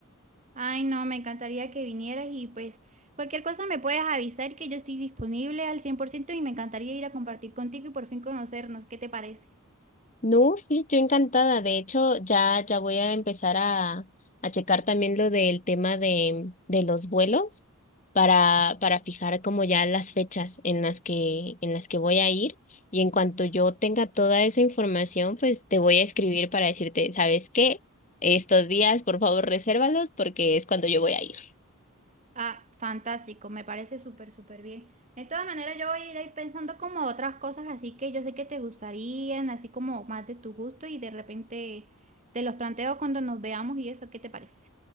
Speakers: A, on the right; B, on the left.
A: Ay, no, me encantaría que vinieras y pues cualquier cosa me puedes avisar que yo estoy disponible al 100% y me encantaría ir a compartir contigo y por fin conocernos. ¿Qué te parece?
B: No, sí, yo encantada. De hecho, ya, ya voy a empezar a, a checar también lo del tema de, de los vuelos para, para fijar como ya las fechas en las que, en las que voy a ir. Y en cuanto yo tenga toda esa información, pues te voy a escribir para decirte, ¿sabes qué? Estos días, por favor, resérvalos porque es cuando yo voy a ir.
A: Ah, fantástico, me parece súper, súper bien. De todas maneras, yo voy a ir ahí pensando como otras cosas así que yo sé que te gustarían, así como más de tu gusto y de repente te los planteo cuando nos veamos y eso, ¿qué te parece?